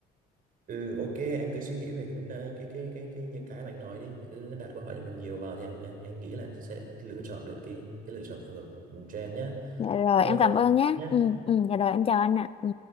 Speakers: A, on the right; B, on the left.
A: ừ ok em cứ suy nghĩ về cái vấn ờ, cái cái cái cái những cái mà anh nói đi cứ đặt câu hỏi cho mình nhiều vào thì anh anh, anh nghĩ là em sẽ, sẽ lựa chọn được cái cái lựa chọn phù hợp cho em nhá
B: dạ rồi
A: thôi
B: em cảm ơn nhé
A: nhé
B: ừ ừ dạ rồi em chào anh ạ ừ.